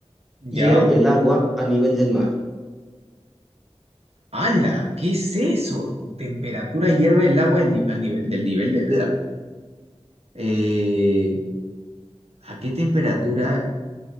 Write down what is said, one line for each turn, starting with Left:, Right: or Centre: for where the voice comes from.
Right: ¿Ya?
Centre: hierve el agua a nivel del mar?
Right: Ala, ¿qué es eso? Temperatura hierve el agua del ni- al nivel, del nivel de... de la- Eh, ¿a qué temperatura